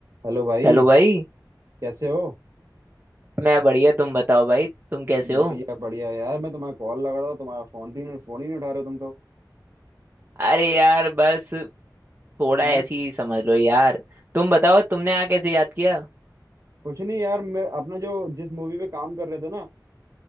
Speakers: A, on the right; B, on the right.
A: Hello भाई
B: हेलो भाई
A: कैसे हो
B: मैं बढ़िया तुम बताओ भाई तुम कैसे हो
A: बढ़िया बढ़िया यार मैं तुम्हारा कॉल लगा रहा था तुम्हारा फोन भी नहीं फोन ही नहीं उठा रहे हो तुम तो
B: अरे यार बस थोड़ा
A: हम्म
B: ऐसी ही समझ लो यार तुम बताओ तुमने आ कैसे याद किया
A: कुछ नहीं यार मैं अपना जो जिस मूवी पे काम कर रहे थे ना